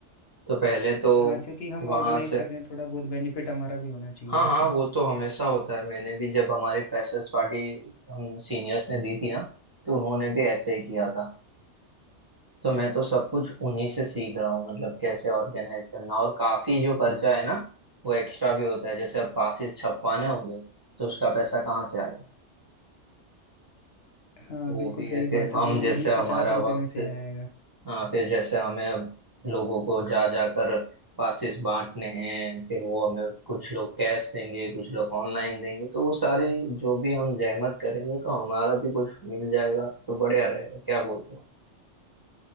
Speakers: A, on the right (about 30°); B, on the left (about 60°).
A: तो पहले तो
B: हाँ क्योंकि हम
A: वहां
B: ऑर्गेनाइज
A: से
B: कर रहे हैं थोड़ा बहुत बेनिफिट हमारा भी होना चाहिए
A: हाँ
B: उसमें
A: हाँ वो तो हमेशा होता है मैंने भी जब हमारी फ्रेशर्स पार्टी हम सीनियर्स ने दी थी ना तो उन्होंने भी ऐसे ही किया था तो मैं तो सब कुछ उन्हीं से सीख रहा हूँ मतलब कैसे ऑर्गेनाइज करना और काफी जो खर्चा है ना वो एक्स्ट्रा भी होता है जैसे अब पासिस छपवाने होंगे तो उसका पैसा कहाँ से आएगा
B: हाँ
A: वो
B: बिल्कुल
A: भी
B: सही
A: है फिर
B: बात है
A: हम
B: वो
A: जैसे
B: नहीं
A: हमारा
B: पचास रुपए
A: वक्त
B: में से आएगा
A: हाँ फिर जैसे हमें अब लोगों को जा जाकर पासिस बांटने हैं फिर वो हमें कुछ लोग कैश देंगे कुछ लोग ऑनलाइन देंगे तो वो सारी जो भी हम जहमत करेंगे तो हमारा भी कुछ मिल जाएगा तो बढ़िया रहेगा क्या बोलते हो